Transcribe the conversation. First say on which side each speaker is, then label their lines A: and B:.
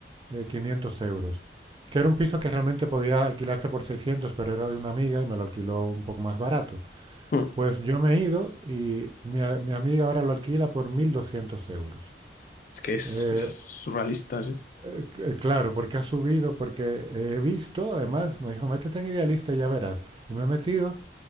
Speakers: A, on the right (about 30°); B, on the left (about 50°).
A: eh, 500 euros, que era un piso que realmente podía alquilarse por seiscientos pero era de una amiga y me lo alquiló un poco más barato.
B: Hmm.
A: Pues yo me he ido y mi, a- mi amiga ahora lo alquila por 1.200 euros.
B: Es que es,
A: Eh,
B: es surrealista, sí.
A: eh, c- claro, porque ha subido, porque he visto, además, me dijo, métete en Idealista y ya verás. Y me he metido